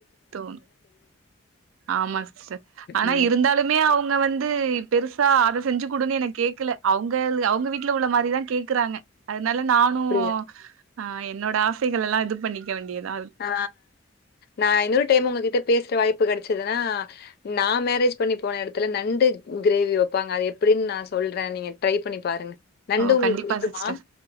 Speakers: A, on the right (about 75°); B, on the left (about 50°).
A: தோண் ஆமா சிஸ்டர் ஆனா
B: ம்
A: இருந்தாலு உண்மையா அவுங்க வந்து பெருசா அத செஞ்சு குடுங்க என கேக்குல அவுங்கல் அவுங்க வீட்ல உள்ள மாரி கேக்குறாங்க அதுனால நானு
B: அப்படியா?
A: ஆ என்னோட ஆசைகளலா இது பண்ணிக்க வேண்டியதா
B: அ நா இன்னோரு டைம் உங்ககிட்ட பேசுற வாய்ப்பு கெடச்சுதுனா நா மேரேஜ் பண்ணி போன எடத்துல நண்டு க்ரேவி வப்பாங்க அது எப்பிடின் நா சொல்ற நீங்க ட்ரை பண்ணி பாருங்க நண்டு
A: ஓ
B: உங்களுக்கு
A: கண்டிப்பா
B: புடிக்குமா
A: சிஸ்டர்